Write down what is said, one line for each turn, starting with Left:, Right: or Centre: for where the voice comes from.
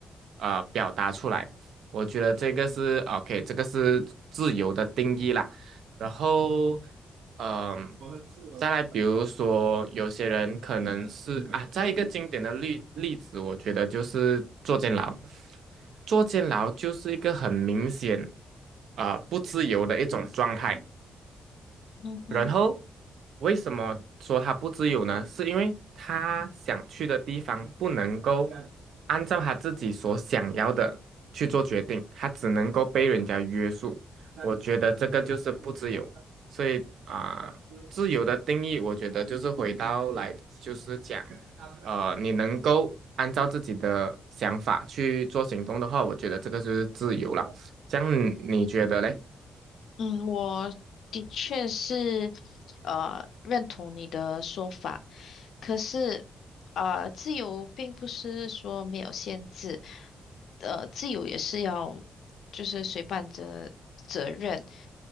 Right: 啊、呃表达出来。我觉得这个是 OK，这个是自由的定义啦。然后，嗯、再来，比如说有些人可能是啊，再一个经典的例例子，我觉得就是坐监牢。坐监牢就是一个很明显啊、呃不自由的一种状态。
Left: 嗯哼。
Right: 然后为什么说他不自由呢？是因为他想去的地方不能够按照他自己所想要的去做决定，他只能够被人家约束。我觉得这个就是不自由。所以啊、自由的定义，我觉得就是回到来，就是讲，呃，你能够按照自己的想法去做行动的话，我觉得这个就是自由了。这样你觉得嘞？
Left: 嗯，我的确是呃认同你的说法，可是啊，自由并不是说没有限制，呃，自由也是要就是随伴着责任，